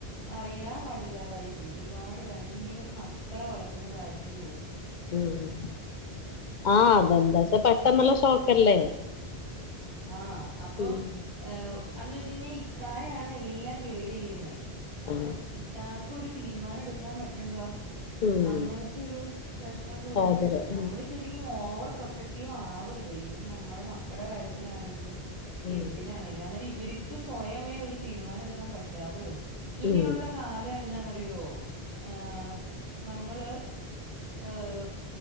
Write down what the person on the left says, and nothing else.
ഉം ആഹ് ആതെന്താച്ചാ പെട്ടെന്നുള്ള ഷോക്കല്ലേ
ഉം
ആഹ്
ഉം
സാഹചര്യം
ഉം
ഉം ഉം